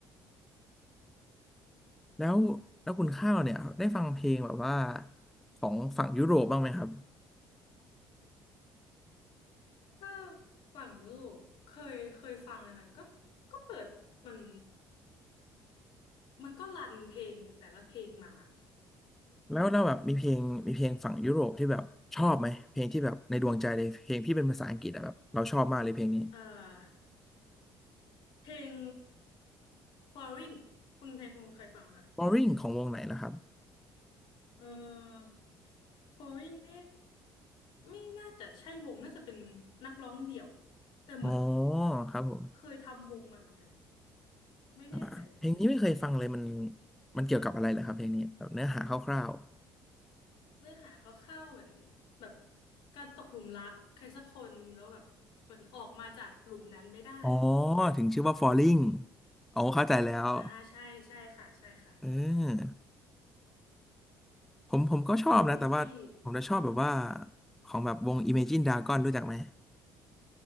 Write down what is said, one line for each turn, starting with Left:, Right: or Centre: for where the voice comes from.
Centre: แล้วแล้วคุณข้าวเนี่ยได้ฟังเพลงแบบว่าของฝั่งยุโรปบ้างไหมครับ
Left: ถ้าฝั่งยุโรปเคยเคยฟังนะคะก็ก็เปิดมันมันก็รันเพลงแต่ละเพลงมา
Centre: แล้วแล้วแบบมีเพลงมีเพลงฝั่งยุโรปที่แบบชอบไหมเพลงที่แบบในดวงใจเลยเพลงที่เป็นภาษาอังกฤษอะแบบเราชอบมากเลยเพลงนี้
Left: อ่าเพลง Falling คุณแทนคุณเคยฟังไหมคะ
Centre: Boring ของวงไหนล่ะครับ
Left: เออ Falling นี่ไม่น่าจะใช่วงน่าจะเป็นนักร้องเดี่ยวแต่เหมือน
Centre: อ๋อครับผม
Left: เคยทำวงมาเหมือนกันไม่แน่ใจเหมือนกัน
Centre: อ่าเพลงนี้ไม่เคยฟังเลยมันมันเกี่ยวกับอะไรเหรอครับเพลงนี้แบบเนื้อหาคร่าว
Left: เนื้อหาคร่าวๆเหมือนแบบการตกหลุมรักใครสักคนแล้วแบบเหมือนออกมาจากหลุมนั้นไม่ได้
Centre: ๆอ๋อถึงชื่อว่า Falling อ๋อเข้าใจแล้ว
Left: อ่าใช่ใช่ค่ะใช่ค่ะ
Centre: เออผมผมก็ชอบนะแต่ว่าผมจะชอบแบบว่า
Left: เป็นเพลงที่ดีมาก
Centre: ของแบบวง Imagine Dragon รู้จักไหม